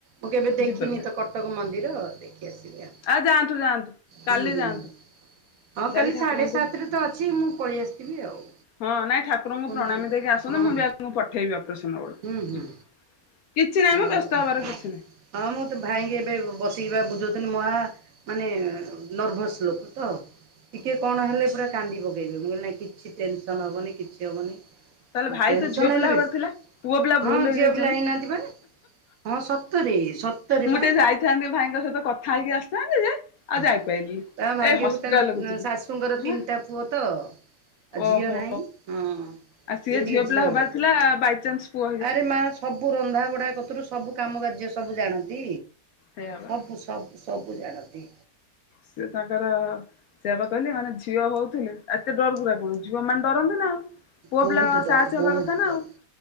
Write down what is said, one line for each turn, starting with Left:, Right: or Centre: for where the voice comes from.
Right: ମୁଁ କେବେ ଦେଖିନି
Left: ଯିବେ
Right: ତ କଟକ ମନ୍ଦିର ଦେଖି ଆସିବି ଆଉ।
Left: ଆ ଯାଆନ୍ତୁ ଯାଆନ୍ତୁ
Right: ହୁଁ
Left: କାଲି
Right: ହୁଁ।
Left: ଯାଆନ୍ତୁ।
Right: ହଁ
Left: ଯାଇକି
Right: କାଲି
Left: ଠାକୁରଙ୍କୁ
Right: ସାଢ଼େ ସାତରେ ତ ଅଛି ମୁଁ ପଳେଇ ଆସିଥିବି ଆଉ।
Left: ହଁ ନାଇଁ ଠାକୁରଙ୍କୁ
Right: ପୁଣି
Left: ପ୍ରଣାମୀ
Right: ଯିବୁ
Left: ଦେଇକି ଆସ
Right: ହଁ
Left: ହ ନା
Right: ହଁ
Left: ମୁଁ ବି ଆପଣଙ୍କୁ ପଠେଇବି ଅପରେସନ ବେଳକୁ
Right: ହୁଁ ହୁଁ
Left: ଯିବି କିଛି ନାହିଁ ମ
Right: ଆଉ
Left: ବ୍ୟସ୍ତ ହବାର କିଛି ନାହିଁ।
Right: ହଁ ମୁଁ ତ ଭାଇ ଙ୍କି ଏବେ ବସିକି ବା ବୁଝୋଉଥିଲି ମା ମାନେ ନର୍ଭସ୍ ଲୋକ ତ। ଟିକେ କଣ ହେଲେ ପୁରା କାନ୍ଦି ପକେଇବେ ମୁଁ କହିଲି କିଛି ଟେନସନ ହବନି କିଛି ହବନି।
Left: ତାହେଲେ ଭାଇ
Right: ଟେନ୍ସନ
Left: ତ ଝିଅ ପିଲା
Right: ହେଲେ
Left: ହେବାର
Right: ବେଶି।
Left: ଥିଲା ପୁଅ ପିଲା
Right: ହଁ
Left: ଭୁଲ ହେଇଯାଇଛନ୍ତି।
Right: ଝିଅ ପିଲା ହେଇନାହାନ୍ତି ବା ହଁ ସତରେ ସତରେ
Left: ମୁଁ
Right: ବା।
Left: ଟିକେ ଯାଇଥାନ୍ତି ଭାଇଙ୍କ ସହିତ କଥା ହେଇକି ଆସିଥାନ୍ତି ଯେ ଆଉ
Right: ହ
Left: ଯାଇପାରିଲିନି।
Right: ତା ଭାଗ୍ୟକୁ
Left: ଏ ହସ୍ପିଟାଲକୁ
Right: ତାଙ୍କ
Left: ଯିବି
Right: ଶାଶୁଙ୍କର ତିନିଟା
Left: ହଁ
Right: ପୁଅ। ତ ଅ ଝିଅ
Left: ଓହୋ।
Right: ନାହିଁ ହଁ
Left: ଆଉ ସିଏ
Right: ଇଏ ଟିକେ ଝିଅ।
Left: <unintelligible> ବାଇଚାନ୍ସ। <unintelligible>
Right: ଆରେ ମା ସବୁ ରନ୍ଧା ବଢା କତୁରୁ ସବୁ କାମ କାର୍ଯ୍ୟ ସବୁ ଜାଣନ୍ତି।
Left: ସେଇଆ ବା।
Right: ସବୁ ସବୁ ସବୁ ଜାଣନ୍ତି।
Left: ସେ ତାଙ୍କର ସେଇଆପା କହିଲେ ମାନେ ଝିଅ ହୋଉଥୁଲେ ଏତେ ଡରକୁରା କଣ ଝିଅମାନେ ଡରନ୍ତି ନା ଆଉ ପୁଅ
Right: ବହୁତ
Left: ପିଲା
Right: ଡର
Left: ସାହସୀ
Right: ବହୁତ
Left: ହବା କଥା ନା
Right: ଡର
Left: ଆଉ।